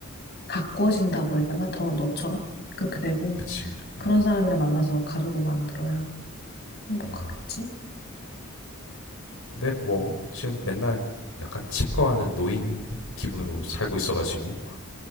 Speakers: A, on the left; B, on the left.
A: 가꾸어진다고 해야 되나? 더 너처럼? 그렇게 되고
B: 그치.
A: 그런
B: 음,
A: 사람이랑 만나서 가족을 만들어야 행복하겠지?
B: 음. 근데 뭐 지금 맨날 약간 칩거하는 노인 기분으로 살고 있어가지고.